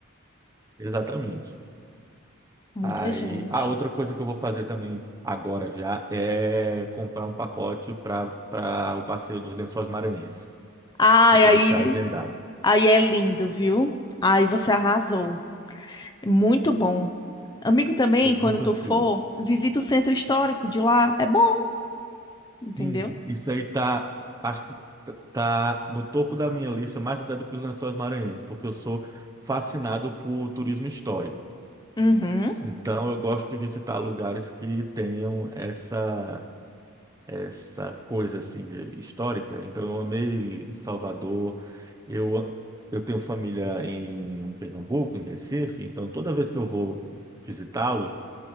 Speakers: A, on the right; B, on the left.
A: exatamente.
B: Muita
A: Aí,
B: gente.
A: a outra coisa que eu vou fazer também agora já é comprar um pacote para para o passeio dos Lençóis Maranhenses.
B: Ai,
A: Já vou
B: aí,
A: deixar agendado.
B: aí é lindo, viu? Aí você arrasou. Muito bom. Amigo, também,
A: Estou muito
B: quando tu
A: ansioso.
B: for, visita o centro histórico de lá. É bom,
A: Sim,
B: entendeu?
A: isso aí tá, acho que tá tá no topo da minha lista, mais até do que os Lençóis Maranhenses, porque eu sou fascinado por turismo histórico.
B: Uhum.
A: Então eu gosto de visitar lugares que tenham essa essa coisa assim de- histórica. Então eu amei Salvador. Eu eu tenho família em Pernambuco, em Recife, então toda vez que eu vou visitá-los,